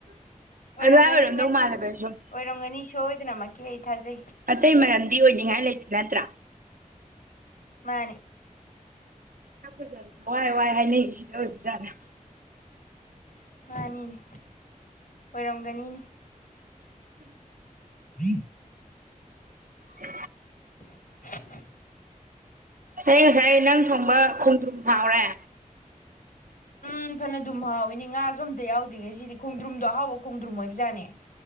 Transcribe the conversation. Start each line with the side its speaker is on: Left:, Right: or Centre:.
Left: ꯑꯣꯏꯔꯝꯒꯅꯤ
Right: ꯑꯗꯨꯃꯥꯏ ꯑꯣꯏꯔꯝꯗꯧ
Left: ꯑꯣꯏꯔꯝꯒꯅꯤ
Right: ꯃꯥꯜꯂꯦꯕ ꯁꯨꯝ
Left: ꯁꯣꯏꯗꯅꯃꯛꯀꯤ ꯀ ꯑꯩ ꯊꯖꯦ
Right: ꯑꯇꯩ ꯃꯔꯝꯗꯤ ꯑꯣꯏꯅꯤꯡꯉꯥꯏ ꯂꯩꯇꯦ ꯅꯠꯇ꯭ꯔꯥ
Left: ꯃꯥꯅꯤ
Right: ꯆꯄꯖꯕꯅꯦ ꯋꯥꯏ ꯋꯥꯏ ꯍꯥꯏꯅꯩ ꯁꯤꯗꯖꯥꯔꯦ
Left: <unintelligible> ꯃꯥꯅꯤꯅꯦ ꯑꯣꯏꯔꯝꯒꯅꯤꯅꯦ ꯎꯝ
Right: ꯎ
Left: <unintelligible>
Right: ꯍ ꯉꯁꯥꯏ ꯅꯪ ꯊꯣꯡꯕ ꯈꯣꯡꯗ꯭ꯔꯨꯝ ꯐꯥꯎꯔꯦ
Left: ꯎꯝ ꯐꯅ ꯑꯗꯨꯝ ꯍꯥꯎꯋꯤꯅꯦ ꯉꯥꯁꯨ ꯑꯝꯇ ꯌꯥꯎꯗ꯭ꯔꯤꯉꯦ ꯁꯤꯗꯤ ꯈꯣꯡꯗ꯭ꯔꯨꯝꯗꯣ ꯑꯍꯥꯎꯕ ꯈꯣꯡꯗ꯭ꯔꯨꯝ ꯑꯣꯏꯕꯖꯥꯠꯅꯦ